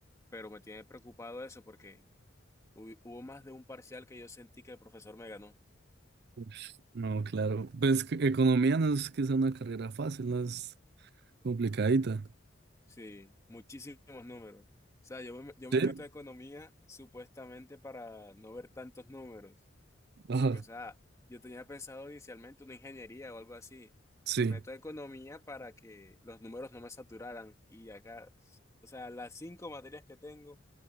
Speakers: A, on the left (about 15°); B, on the right (about 55°).
A: pero me tiene preocupado eso porque hu- hubo más de un parcial que yo sentí que el profesor me ganó.
B: Ush, no, claro. Pues que economía no es que sea una carrera fácil, no es complicadita.
A: Sí, muchísimos números. O sea, yo me, yo me
B: ¿Sí?
A: meto a economía supuestamente para no ver tantos números,
B: Ajá,
A: porque, o sea, yo tenía pensado inicialmente una ingeniería o algo así.
B: sí.
A: Me meto a economía para que los números no me saturaran y acá, o sea, las cinco materias que tengo,